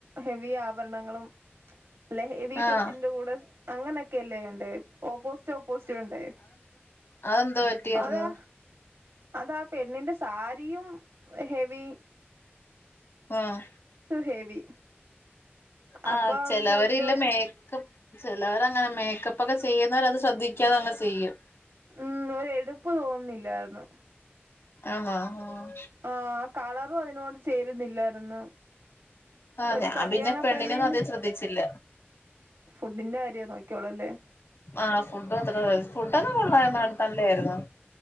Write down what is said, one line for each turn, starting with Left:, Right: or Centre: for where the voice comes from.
Right: ഹെവി ആഭരണങ്ങളും അല്ലെ ഹെവി
Left: ആഹ്
Right: ഡ്രസ്സ് ന്റെ കൂടെ അങ്ങനെയൊക്കെല്ലേ വേണ്ടേ ഓപ്പോസിറ്റ് ഓപ്പോസിറ്റ് വേണ്ടേ
Left: അതെന്താ പറ്റിയാർന്നു
Right: അതാ അതാ പെണ്ണിന്റെ സാരിയും ഹെവീ
Left: ഉം
Right: ഹെവി
Left: ആഹ്
Right: അപ്പൊ ആണെങ്കി
Left: ചെലവരില്ലെ
Right: അതിന്റെ ഒരു
Left: മേക്കപ് ചെലവരങ്ങനെ മേക്കപ്പ് ഒക്കെ ചെയ്യുന്നവർ അത് ശ്രദ്ധിക്കാതെ അങ്ങ് ചെയ്യും
Right: ഉം ഒരു എടുപ്പ് തോന്നില്ലായിരുന്നു
Left: ആണോ ആഹ്
Right: ആഹ് കളറും അതിനോട് ചേരുന്നില്ലായിരുന്നു
Left: ആഹ്
Right: ഒരു
Left: ഞാൻ
Right: കല്യാണ
Left: പിന്നെ പെണ്ണിനെയൊന്നും
Right: പെണ്ണിന്ന്
Left: അധികം ശ്രദ്ധിച്ചില്ല
Right: ഫുഡ്ഡിന്റെ കാര്യേ നോക്കിയൊള്ളല്ലേ
Left: ആഹ് ഫുഡ്ഡ്മാത്ര <unintelligible> ഫുഡ്ഡല്ലാം കൊള്ളായിന്നു നല്ലായിരുന്നു